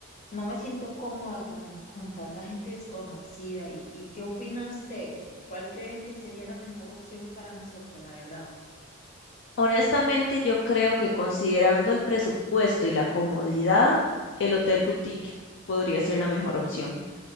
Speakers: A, on the left; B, on the left.
A: No me siento cómoda con, con tanta gente desconocida. ¿Y, y qué opina usted? ¿Cuál cree que sería la mejor opción para nosotros, la verdad?
B: Honestamente, yo creo que considerando el presupuesto y la comodidad, el Hotel Boutique podría ser la mejor opción.